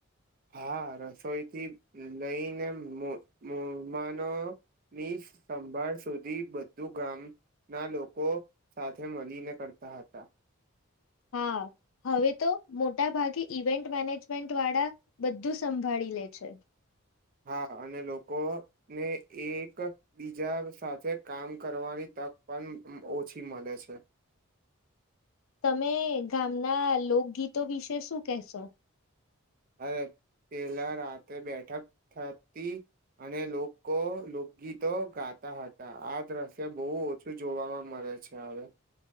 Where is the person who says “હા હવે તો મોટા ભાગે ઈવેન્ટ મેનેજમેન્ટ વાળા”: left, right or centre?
Left